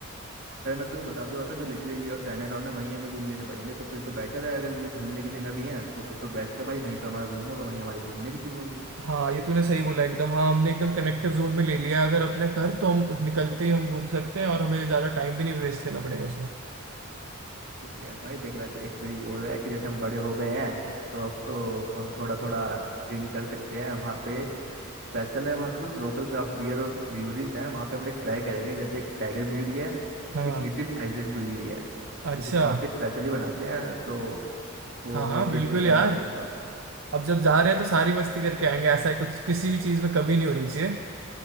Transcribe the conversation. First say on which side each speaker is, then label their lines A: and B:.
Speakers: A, on the right; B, on the right.
A: अरे मैं तेरे को बता तो रहा था जो लिटिल इंडिया और चाइना टाउन है वहीं हमें रूम लेने पड़ेंगे तो फिर तो बेटर है अगर ये घूमने की जगह भी है तो फिर तो बेस्ट है भाई वहीं पे हमारा रूम होगा वहीं हमारी घूमने की चीज़ें होंगी
B: हाँ ये तूने सही बोला एकदम हाँ हमने एकदम कनेक्टिव जोन में ले लिया है अगर अपने कर तो हम उत- निकलते ही हम घूम सकते हैं और हमें ज़्यादा टाइम भी नहीं वेस्ट करना पड़ेगा उसमें
A: ठीक है भाई देख वैसे एक मेरी और है कि जैसे हम बड़े हो गए हैं तो अब तो हम थोड़ा थोड़ा ड्रिंक कर सकते हैं वहाँ पे स्पेशल है वहाँ के कुछ लोकल क्राफ्ट बियर और ब्यूरीज हैं वहाँ पे हम एक ट्राई करेंगे जैसे एक टाइगर ब्यूरी है
B: हाँ
A: एक लिटिल आइलैंड ब्यूरी है
B: अच्छा
A: वो कुछ वहाँ के स्पेशली बनाते हैं तो वो
B: हाँ
A: हमें
B: हाँ
A: टेस्ट
B: बिल्कुल
A: करके
B: यार
A: आनी चाहिए एक बार
B: अब जब जा रहे हैं तो सारी मस्ती करके आएंगे ऐसा है कुछ किसी भी चीज़ में कमी नहीं होनी चाहिए